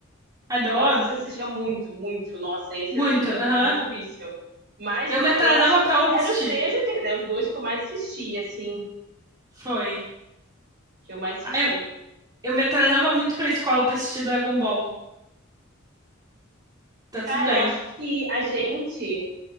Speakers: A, on the right (about 20°); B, on the right (about 55°).
A: Adoro.
B: Nossa, você assistia muito, muito. Nossa, esse
A: Muito.
B: era assim,
A: Aham.
B: muito vício. Mas
A: Eu me atrasava
B: eu acho.
A: pra aula
B: Era
A: pra assistir.
B: o Z e o GT, né? Os dois que eu mais assistia, assim.
A: Foi.
B: Que eu mais assistia.
A: Ai, eu eu me atrasava muito pra escola pra assistir Dragon Ball. Tá
B: Cara,
A: tudo bem.
B: eu acho que a gente,